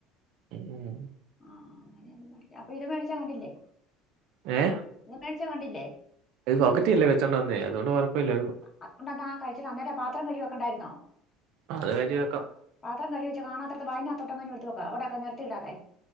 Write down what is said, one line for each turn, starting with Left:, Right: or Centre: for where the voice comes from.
Right: ഉം.
Left: ആ അങ്ങനെയൊന്നും അപ്പൊ ഇത് മേടിച്ചാ കണ്ടില്ലേ?
Right: ഏ
Left: ഇത് മേടിച്ചാ കണ്ടില്ലേ
Right: ഇത് പോക്കറ്റേല്ലേ വെച്ചോണ്ട് വന്നേ അതുകൊണ്ട് കുഴപ്പമില്ലായിരുന്നു
Left: അതുകൊണ്ടതാ കഴിച്ചിട്ട അന്നേരെ പാത്രം കഴകിവെക്കണ്ടാർന്നോ?
Right: അത് കരുതി വെക്കാം
Left: പാത്രം കഴികിവെച്ച കാണാത്തടത്ത് ബാഗിനകത്തോട്ടെങ്ങാനും എടുത്ത് വക്ക് അവിടൊക്കെ നിരത്തിയിടാതെ.